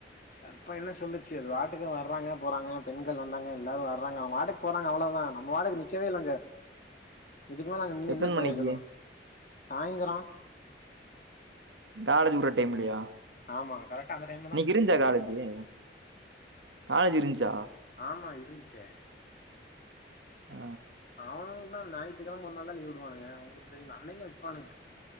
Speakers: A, on the left (about 45°); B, on the right (about 85°).
A: கற்ப்பக என்ன சொல்லுச்சு அது வாட்டுக்கு வர்றாங்க போறாங்க பெண்கள் வந்தாங்க எல்லாரு வர்றாங்க அவங்க வாட்டுக் போறாங்க அவ்ளோதா நம்ம வாடக்கு நிக்கவே இல்ல அங்க
B: <inaudible>
A: இதுக்குமேல அங்க நின்னு
B: எத்தன
A: என்ன பிரயோஜன
B: மணிக்கு
A: சாய்ந்தர
B: காலேஜ் உடுற டைம்லயா
A: ஆமா கரெக்டா அந்த டைம்
B: இன்னைக்கு இருந்துச்சா காலேஜ்ஜூ காலேஜ் இருந்ச்சா
A: ஆமா இருந்ச்சே
B: ஆ
A: அவனுங்க என்னா ஞாயித்துக்கிழம ஒரு நாள்தா லீவுடுவானுங்க உங்களுக்கு தெரியுமே அன்னைக்கு வச்சுப்பானுங்க